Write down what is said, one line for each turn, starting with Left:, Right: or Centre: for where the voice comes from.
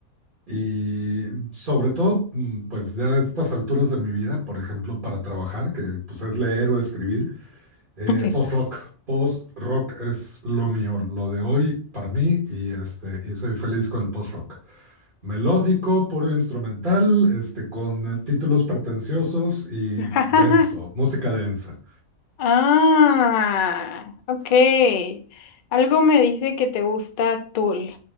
Right: y sobre todo, mm, pues ya a estas alturas de mi vida, por ejemplo, para trabajar, que pues es leer o escribir. Eh,
Left: <laughs>
Right: post-rock. Post-rock es lo mío, lo de hoy para mí y, este, y soy feliz con el post-rock. Melódico, puro instrumental, este, con eh, títulos pretenciosos y
Left: <laughs>
Right: denso, música densa.
Left: Ah, ok. Algo me dice que te gusta Tool.